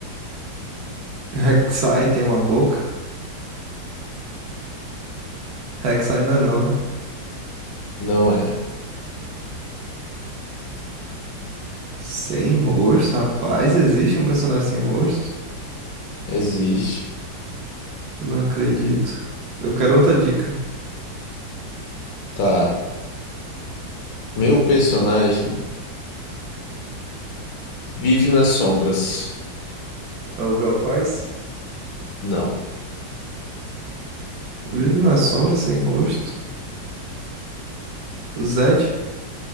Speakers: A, on the right; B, on the left.
A: Rek'Sai tem uma boca. Rek'Sai não é não, né?
B: Não é.
A: Sem rosto, rapaz, existe um personagem sem rosto?
B: Existe.
A: Não acredito. Eu quero outra dica.
B: Tá. Meu personagem vive nas sombras.
A: É o Belcois?
B: Não.
A: Vive nas sombras sem rosto. Zed?